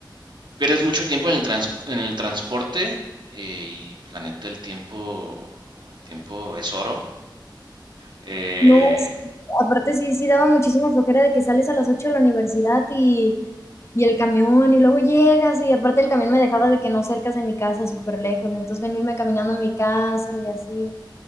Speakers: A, on the right; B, on the left.
A: pierdes mucho tiempo en el, trans- en el transporte eh, y pues, la neta el tiempo, el tiempo es oro. Eh,
B: No, sí, aparte sí, sí daba muchísima flojera de que sales a las 8 de la universidad y, y el camión y luego llegas y aparte el camión me dejaba de que no cercas de mi casa, súper lejos, entonces venirme caminando a mi casa y así.